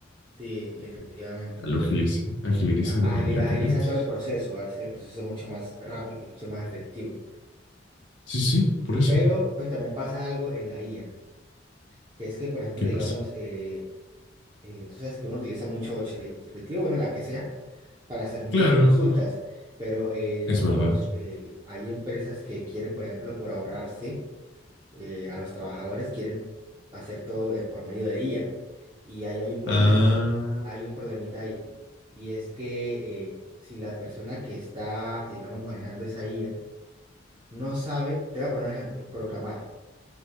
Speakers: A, on the right; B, on the left.
A: Sí, efectivamente.
B: Lo agiliza, agiliza
A: A-
B: demoníacamente.
A: agili- Agiliza todo el proceso, hace el proceso mucho más rápido, mucho más efectivo.
B: Sí, sí, por eso.
A: Pero, pero también pasa algo en la IA, que es que, por ejemplo,
B: ¿Qué
A: digamos,
B: pasa?
A: eh, eh, tú sabes que uno utiliza mucho Ch- eh, GPT, o bueno, la que sea, para hacer muchas
B: Claro,
A: consultas, pero, eh, digamos,
B: es verdad.
A: eh, hay empresas que quieren, por ejemplo, por ahorrarse eh, a los trabajadores, quieren hacer todo eh, por medio de IA. Y ahí hay un problema,
B: Ah,
A: hay un problemita ahí, y es que eh, si la persona que está, digamos, manejando esa IA no sabe, te voy a poner un ejemplo, programar.